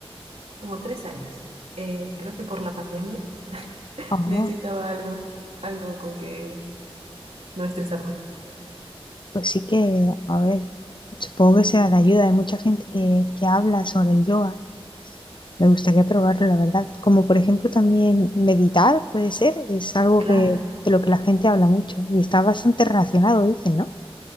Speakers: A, on the right; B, on the left.
A: Como tres años. Eh, creo que por la pandemia.
B: Ah,
A: Necesitaba algo, algo con que no estresarme.
B: Pues sí que, a ver, supongo que sea de ayuda. Hay mucha gente que, que habla sobre el yoga. Me gustaría probarlo, la verdad. Como por ejemplo también meditar, puede ser. Es algo
A: Claro,
B: que, de lo que la gente habla mucho y está bastante relacionado, dicen, ¿no?